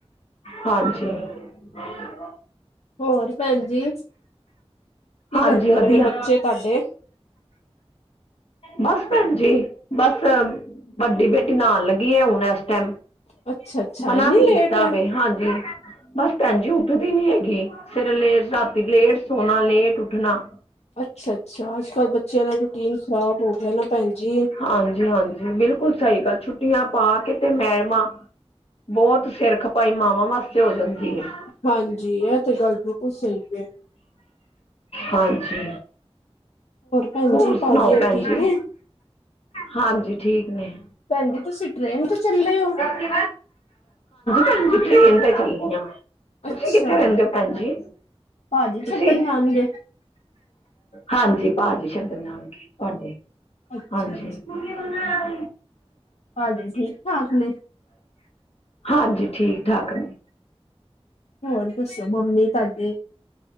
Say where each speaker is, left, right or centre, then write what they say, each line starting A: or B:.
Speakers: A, on the left; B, on the left.
A: ਹਾਂਜੀ। <inaudible>
B: ਹੋਰ ਭੈਣ ਜੀ ਕੀ
A: ਹਾਂਜੀ
B: ਕਰਦੇ
A: ਵਧੀਆ
B: ਪਏ ਨੇ ਬੱਚੇ ਤੁਹਾਡੇ?
A: ਬਸ ਭੈਣ ਜੀ, ਬਸ ਵੱਡੀ ਬੇਟੀ ਨਹਾਉਣ ਲੱਗੀ ਹੈ ਹੁਣ ਇਸ ਟਾਈਮ।
B: ਅੱਛਾ ਅੱਛਾ
A: ਮਨਾ
B: ਇੰਨੀ
A: ਵੀ ਕੀਤਾ
B: ਲੇਟ
A: ਵੇ ਹਾਂਜੀ ਬਸ ਭੈਣ ਜੀ, ਉੱਠਦੀ ਨੀ ਹੈਗੀ। ਸਵੇਰੇ ਲੇਟ ਨਾਤੀ ਲੇਟ ਸੋਣਾ ਲੇਟ ਉੱਠਣਾ।
B: ਅੱਛਾ-ਅੱਛਾ ਅੱਜ ਕੱਲ ਬੱਚਿਆਂ ਦਾ ਰੂਟੀਨ ਖ਼ਰਾਬ ਹੋ ਗਿਆ ਨਾ ਭੈਣ ਜੀ।
A: ਹਾਂਜੀ-ਹਾਂਜੀ ਬਿਲਕੁਲ ਸਹੀ ਗੱਲ ਛੁੱਟੀਆਂ ਪਾ ਕੇਤੇ ਮੈਡਮਾਂ। ਬਹੁਤ ਸਿਰ ਖਪਾਈ ਮਾਵਾਂ ਵਾਸਤੇ ਹੋ ਜਾਂਦੀ ਹੈ।
B: ਹਾਂਜੀ, ਇਹ ਤੇ ਗੱਲ ਬਿਲਕੁਲ ਸਹੀ ਹੈ।
A: ਹਾਂਜੀ।
B: ਭੈਣ
A: ਹੋਰ
B: ਜੀ ਭਾਜੀ
A: ਸੁਣਾਓ ਭੈਣ
B: ਠੀਕ
A: ਜੀ
B: ਨੇ
A: ਹਾਂਜੀ ਠੀਕ ਨੇ।
B: ਭੈਣ ਜੀ, ਤੁਸੀਂ ਟਰੇਨ ਤੇ ਚੱਲੇ ਹੋ?
A: ਹਾਂਜੀ ਭੈਣ ਜੀ ਟਰੇਨ ਤੇ ਚੱਲੀ ਆ।
B: ਅੱਛਾ
A: ਤੁਸੀ ਕਿੱਥੇ ਰਹਿੰਦੇ ਹੋ ਭੈਣ ਜੀ
B: ਭਾਜੀ
A: ਤੁਸੀਂ?
B: ਛੱਡਣ ਜਾਣਗੇ
A: ਹਾਂਜੀ ਭਾਜੀ ਛੱਡਣ ਜਾਣਗੇ ਤੁਹਾਡੇ
B: ਅੱਛਾ
A: ਹਾਂਜੀ। ਹਮ <unintelligible>
B: ਹਾਂਜੀ ਠੀਕ ਠਾਕ ਨੇ?
A: ਹਾਂਜੀ ਠੀਕ ਠਾਕ ਨੇ।
B: ਹੋਰ ਦੱਸੋ ਮੰਮੀ ਤੁਹਾਡੇ?